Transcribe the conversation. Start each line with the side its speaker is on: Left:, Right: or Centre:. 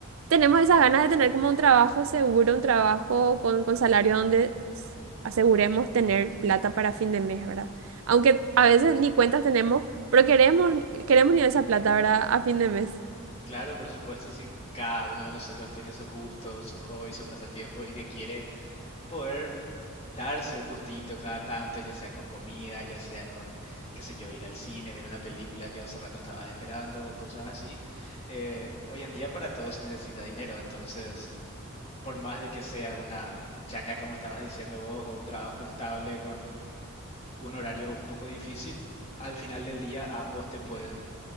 Right: tenemos esas ganas de tener como un trabajo seguro, un trabajo con, con salario donde aseguremos tener plata para fin de mes, ¿verdad? Aunque a veces ni cuentas tenemos, pero queremos, queremos ni esa plata, ¿verdad? A fin de mes.
Left: Claro, por supuesto, si cada uno de nosotros tiene sus gustos, sus hobbies, sus pasatiempos y que quiere poder darse un gustito cada tanto, ya sea con comida, ya sea con, qué sé yo, ir al cine, ver una película que hace rato estabas esperando, cosas así. Eh, hoy en día para todo se necesita dinero, entonces, por más de que sea una changa, como estabas diciendo vos, o un trabajo estable con un horario un poco difícil, al final del día ambos te pueden